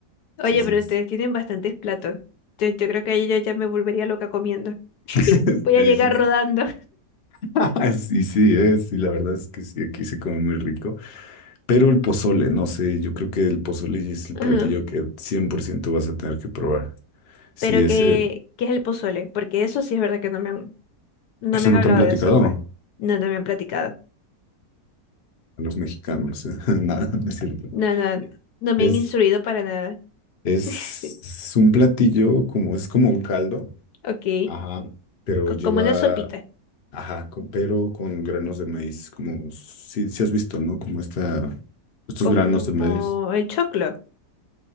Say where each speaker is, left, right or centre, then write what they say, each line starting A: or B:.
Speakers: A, on the left; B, on the left.
A: Oye,
B: Sí, sí,
A: pero
B: es-
A: ustedes tienen bastantes platos. Yo, yo creo que yo ya me volvería loca comiendo. <laughs>
B: <laughs>
A: Voy
B: sí,
A: a llegar
B: sí, sí.
A: rodando.
B: Ah, sí, sí, es, sí, la verdad es que sí, aquí se come muy rico. Pero el pozole, no sé, yo creo que el pozole es el
A: Ajá.
B: platillo que 100% vas a tener que probar. Sí,
A: Pero
B: ese,
A: ¿qué, qué es el pozole? Porque eso sí es verdad que no me han, no
B: eso
A: me han
B: no
A: hablado
B: te han platicado.
A: de eso, pues. No, no me han platicado.
B: a los mexicanos. <laughs> Nada, no es cierto.
A: No, no, no me
B: Es,
A: han instruido para nada.
B: es
A: <laughs>
B: un platillo como, es como un caldo,
A: Ok.
B: ajá, pero
A: Co-
B: lleva,
A: como una sopita.
B: ajá, con- pero con granos de maíz, como, si, si has visto, ¿no? Como esta, estos
A: Como
B: granos de maíz.
A: el choclo.